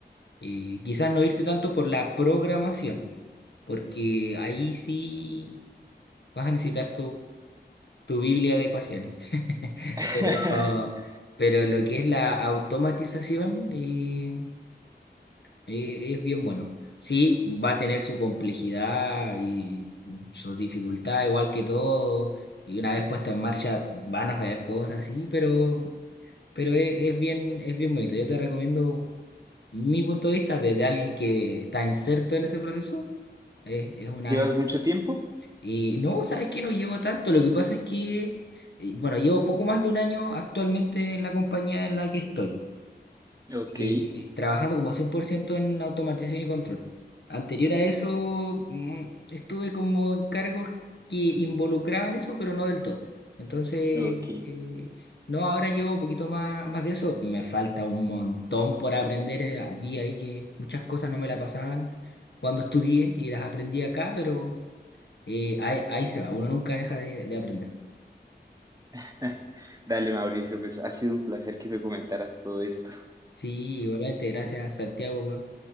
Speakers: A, on the left (about 75°); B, on the right (about 20°).
A: Eh, quizás no irte tanto por la programación, porque ahí sí vas a necesitar tu Biblia de ecuaciones. <laughs>
B: <laughs>
A: Pero, pero lo que es la automatización eh, eh, es bien bueno. Sí, va a tener su complejidad y su dificultad, igual que todo. Y una vez puesta en marcha van a fallar cosas, sí, pero, pero es, es bien, es bien bonito. Yo te recomiendo mi punto de vista desde alguien que está inserto en ese proceso. Es, es una
B: ¿Llevas mucho tiempo?
A: Eh, no, sabes que no llevo tanto. Lo que pasa es que, eh, bueno, llevo poco más de un año actualmente en la compañía en la que estoy,
B: Ok,
A: eh, trabajando como 100% en automatización y control. Anterior a eso, mm, estuve como en cargos que involucraban eso, pero no del todo. Entonces,
B: ok.
A: eh, no, ahora llevo un poquito más, más de eso. Me falta un montón por aprender. eh, Había ahí que muchas cosas no me la pasaban cuando estudié y las aprendí acá, pero... Y ahí, ahí se va, uno nunca deja de, de aprender.
B: <laughs> Dale, Mauricio, pues ha sido un placer que me comentaras todo esto.
A: Sí, igualmente, gracias Santiago por,